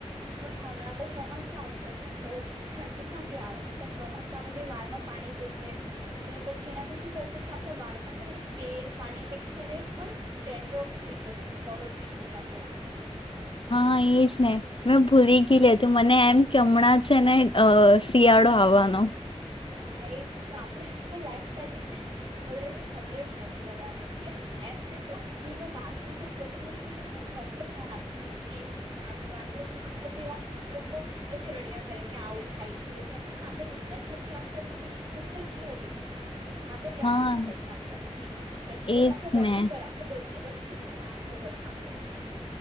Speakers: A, on the right; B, on the left.
A: પણ હમણાં તો ચોમાસું આવશે ને તો ઠંડી કાંથી આવેની પણ ચોમાસામાં બી વાળમાં પાણી જશે તો પછી એનાથી શું થશે કે આપણા વાળમાં છે ને તેલ પાણી મિક્સ થઈને પણ ટેન્ડ્રફ થઈ જશે ખોડો થઈ જશે આપણા વાળમાં
B: હા એજ ને મેં ભૂલી ગય લે હતી મને એમ કેમણાં છે ને શિયાળો આવવાનો
A: અ એજ આપણે આપણી લાઈફ સાઈલ વિશેને વધારે કઈ ખબર જ નથી બધાને કે એમ જે બાકી જે છોકરીઓ છે એને પ્રોપર ધ્યાન આપે છે સ્કીન નું ધ્યાન આપે વાણ આપણા જેવા લોકો પછી રડિયા કરે કે આવું થાય છે એવું થાય છે પણ આપણે ધ્યાન જ નથી આપ તો પછી થશે જ નહી હો બધું આપડે ધ્યાન
B: હા
A: આપવું પડશે આપણા સ્કીન પરછી બ
B: એજ
A: આપણે બોડી
B: ને
A: પર આપણેે બધી વસ્તુ ું પણ ધ્યાન આપવું પડશે આપણને